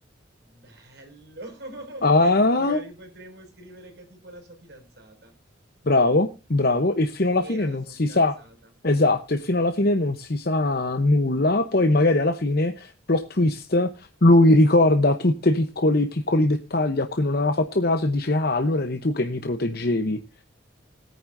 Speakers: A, on the right (about 50°); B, on the left (about 50°).
A: Bello! <laughs>
B: Ah.
A: Magari potremmo scrivere che è tipo la sua fidanzata.
B: Bravo, bravo, e fino alla fine
A: Era
B: non
A: la sua
B: si
A: fidanzata.
B: sa, esatto, e fino alla fine non si sa nulla, poi magari alla fine, plot twist, lui ricorda tutti i piccoli, piccoli dettagli a cui non aveva fatto caso e dice, ah, allora eri tu che mi proteggevi,